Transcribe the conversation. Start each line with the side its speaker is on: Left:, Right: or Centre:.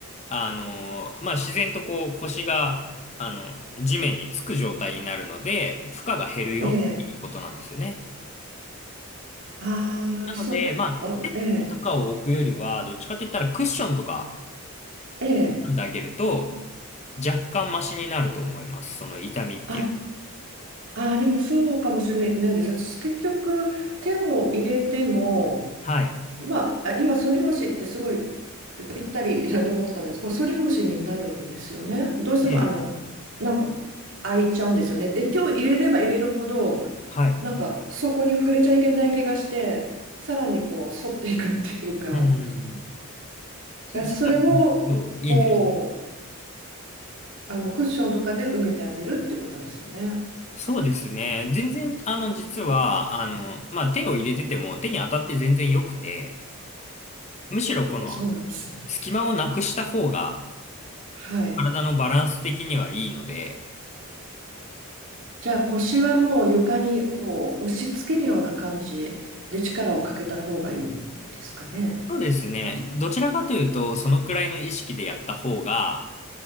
Left: あの、まあ、自然とこう腰が、あの、地面につく状態になるので、負荷が減るよっていうことなんですよね。
Right: ええ、ああ、
Left: なので、
Right: そう、
Left: まあ、
Right: お、
Left: 手とかを置くよりは、
Right: ええ、
Left: どっちかって言ったらクッションとか
Right: ええ、
Left: 編んであげると、若干マシになると思います。その痛みっていう。
Right: あ、あー、でもそうかもしれないないです。私結局手を入れても、
Left: はい。
Right: まあ、あ今、反り腰ってすごいぴったりだと思ったんですが、反り腰になるんですよね。どうしても、
Left: うん。
Right: あの、なんか開いちゃうんですよね。で、手を入れれば入れるほど、
Left: はい。
Right: なんかそこに触れちゃいけない気がして、さらにこう反っていくっていうか、
Left: うん。
Right: がそれをこ
Left: 実は、そう、いいんです。
Right: う、あのクッションとかで埋めてあげるってことですよね。
Left: そうですね。全然、あの、実は、あの、まあ、手を入れてても、手に当たって全然良くて、むしろこの
Right: そうなんです。
Left: 隙間をなくした方が
Right: はい。
Left: 体のバランス的にはいいので、
Right: じゃあ腰はもう床にこう押し付けるような感じで力をかけた方がいいですかね。
Left: そうですね。どちらかというと、そのくらいの意識でやった方が、